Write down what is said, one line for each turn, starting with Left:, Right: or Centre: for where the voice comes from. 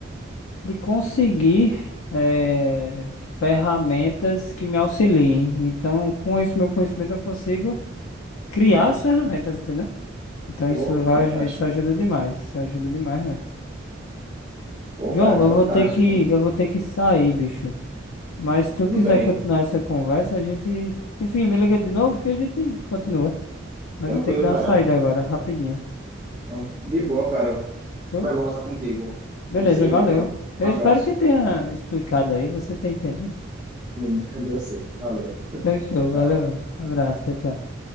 Left: de conseguir eh, ferramentas que me auxiliem. Então, com esse meu conhecimento, eu consigo criar as ferramentas, entendeu? Então,
Right: Pô,
Left: isso vai,
Right: fantástico.
Left: aju- isso ajuda demais. Isso ajuda demais mesmo.
Right: Pô,
Left: João,
Right: cara, fantástico.
Left: eu vou ter que, eu vou ter que sair, bicho. Mas se tu
Right: Tudo
Left: quiser
Right: bem.
Left: continuar essa conversa, a gente. Enfim, me liga de novo que a gente continua. Mas
Right: Tranquilo,
Left: eu tenho que dar
Right: cara.
Left: uma saída agora, rapidinho.
Right: Então, De boa, cara.
Left: Show?
Right: Foi bom conversar contigo.
Left: Beleza,
Right: A gente se vê,
Left: valeu.
Right: viu?
Left: Eu
Right: Um abraço.
Left: espero que tenha explicado aí, você tenha entendido.
Right: <laughs> Deu sim. Valeu.
Left: Então, show,
Right: Tchau.
Left: valeu. Abraço, tchau, tchau.